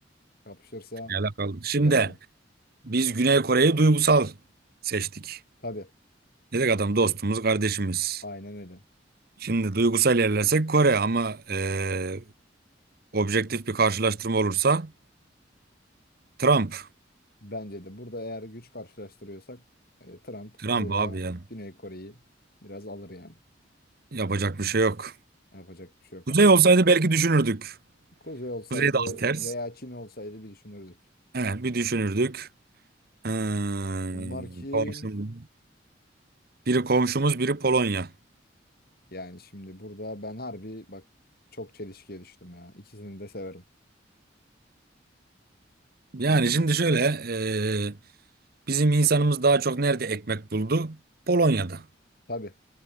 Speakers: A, on the left; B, on the right.
A: kapışırsa
B: ne alakalı. Şimdi
A: bilemedim.
B: biz Güney Kore'yi duygusal seçtik.
A: Tabii.
B: Dedik adam dostumuz, kardeşimiz.
A: Aynen öyle.
B: Şimdi duygusal ilerlesek Kore ama eee, objektif bir karşılaştırma olursa Trump.
A: Bence de burada eğer güç karşılaştırıyorsak e, Trump
B: Trump
A: burada
B: abi ya.
A: Güney Kore'yi biraz alır yani.
B: Yapacak bir şey yok.
A: Yapacak bir şey yok
B: Kuzey
A: harbiden.
B: olsaydı belki düşünürdük.
A: Kuzey olsaydı
B: Kuzey de az ters.
A: veya Çin olsaydı bir düşünürdük.
B: He, bir düşünürdük. Hmm,
A: Bunlar kim?
B: komşumuz. Biri komşumuz, biri Polonya.
A: Yani şimdi burada ben harbi bak çok çelişkiye düştüm ya. İkisini de severim.
B: Yani
A: Hmm,
B: şimdi şöyle eee, bizim insanımız daha çok nerede ekmek buldu? Polonya'da.
A: tabii